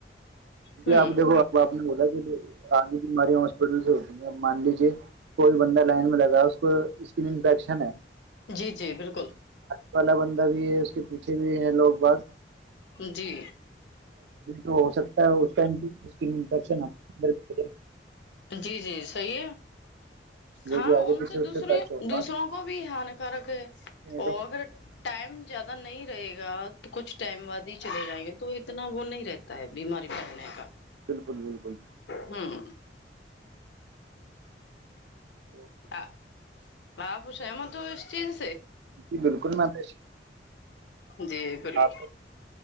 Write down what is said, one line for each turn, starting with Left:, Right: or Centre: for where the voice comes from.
Right: جی
Left: ہوں
Right: آپ دیکھو اب آپ نے بولا کہ سی بماری ہسپٹل سے ہوتی مان لیجے کوئی بندہ لائن میں لگا اس کو اسکن انفیکشن ہے
Left: جی جی بالکل
Right: کال بندہ بھی ہے اس کے پیچھے بھی ہے لوگ بت
Left: جی
Right: ہو سکتا ہے اس ائم اسکن انفشنرد
Left: جی جی صحیح ہے
Right: جو
Left: ہاں
Right: بھی آگے
Left: ان
Right: پیچھے
Left: سے
Right: اس
Left: دوسرے
Right: ٹچ ہوگا
Left: دوسروں کو بھی ہانکارک ہے
Right: تو
Left: وہ اگر ائم زیادہ نہیں رہے گا تو کچھ ٹائم وادی چلے جائیں گے تو اتنا وہ نہیں رہتا ہے بیماری پلنے کا
Right: بالکل بالکل
Left: ہوں
Right: تو
Left: آ <unintelligible> <inaudible> ماں پوس ہے م تو <unintelligible> چیز سے
Right: جی بالکل میںش
Left: جی بالکل
Right: آپ